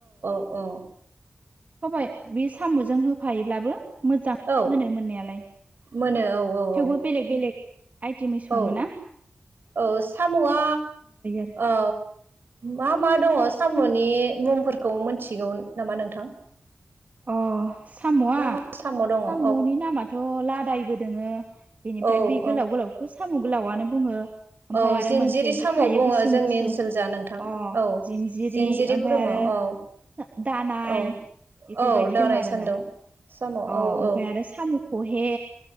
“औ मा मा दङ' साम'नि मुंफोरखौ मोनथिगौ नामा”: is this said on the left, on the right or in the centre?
Right